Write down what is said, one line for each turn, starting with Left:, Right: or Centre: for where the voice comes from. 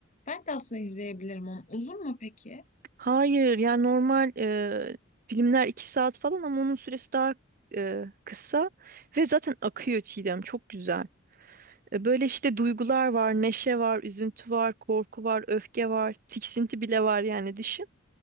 Left: Ben de aslında izleyebilirim onu. Uzun mu peki?
Right: Hayır yani normal e, filmler iki saat falan ama onun süresi daha e, kısa. Ve zaten akıyor Çiğdem. Çok güzel. E, Böyle işte duygular var, neşe var, üzüntü var, korku var, öfke var, tiksinti bile var yani düşün.